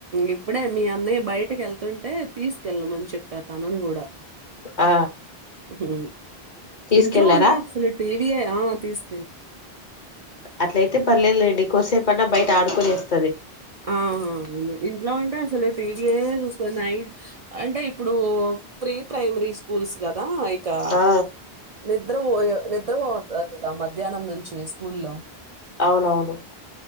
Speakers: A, on the right; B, on the left.
A: ఇప్పుడే మీ అన్నయ్య బయటకి వెళ్తుంటే తీసుకెళ్ళమని చెప్ప తనని కూడా
B: ఆ
A: ఉహు
B: తీసుకెళ్లారా
A: ఇంట్లో ఉంటా అసలు టీవీ ఎ ఆ తీసి
B: అట్లయితే పర్లేదు లేండి డీ కొసేపు అన్న బయట ఆడుకొని వస్తది
A: ఆ ఇంట్లో ఉంటే అసలు టీవీ ఏ చూస్తది నైట్ అంటే ఇప్పుడు ప్రీ ప్రైమరీ స్కూల్స్ కదా కా
B: ఆ
A: నిద్రపోయా నిద్ర పోతారు కదా మధ్యాహ్నం నుంచి స్కూల్లో
B: అవునవును